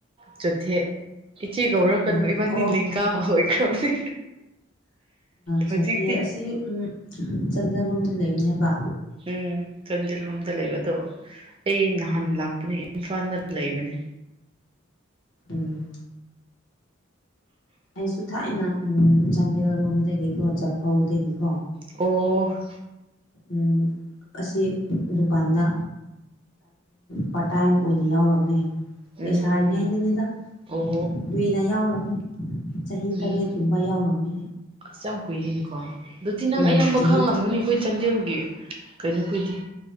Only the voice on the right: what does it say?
ꯆꯣꯊꯦ ꯏꯆꯦ ꯀꯧꯔꯛꯀꯅꯨ
ꯏꯕꯥꯟꯅꯤ
ꯂꯤꯡꯒꯥ ꯑꯣꯏꯈ꯭ꯔꯕꯅꯦ ꯍꯧꯖꯤꯛꯇꯤ
ꯎꯝ ꯆꯥꯟꯗꯦꯜꯔꯣꯝꯗ ꯂꯩꯕ ꯑꯗꯣ ꯑꯩ ꯅꯍꯥꯟ ꯂꯥꯛꯄꯅꯦ ꯏꯝꯐꯥꯜꯗ ꯂꯩꯕꯅꯦ
ꯑꯣ
ꯎꯝ ꯑꯣ
ꯎꯝ
ꯑꯁ ꯌꯥꯝ ꯀꯨꯏꯔꯤꯅꯤꯀꯣ ꯑꯗꯨꯗꯤ ꯅꯪ
ꯑꯌꯥꯝꯕ
ꯈꯪꯂꯝꯒꯅꯤ ꯑꯩꯈꯣꯏ ꯆꯥꯟꯗꯦꯜꯒꯤ ꯀꯩꯅꯣꯈꯣꯏꯗꯤ